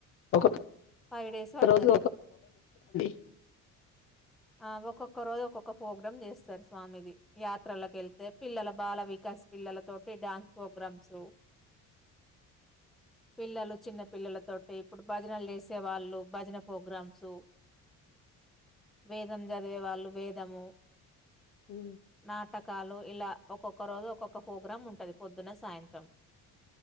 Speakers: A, on the left; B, in the centre.
A: ఒక
B: ఫైవ్ డేస్ పడుతది
A: రోజు <unintelligible>
B: అ ఒక్కొక్క రోజు ఒక్కొక్క ఫోగ్రమ్ జేస్తరు స్వామిది యాత్రలకి ఎళ్తే పిల్లల బాల వి పసి పిల్లలతోటి డాన్స్ పోగ్రామ్స్ పిల్లలు చిన్న పిల్లలతోటి ఇప్పుడు భజనలు చేసే వాళ్ళు భజన ఫోగ్రామ్సు వేదం జదివే వాళ్ళు వేదము
A: హ్మ్.
B: నాటక్ కాలు ఇలా ఒక్కొక్క రోజు ఒక్కొక్క ఫోగ్రమ్ ఉంటంది పొద్దున సాయంత్రం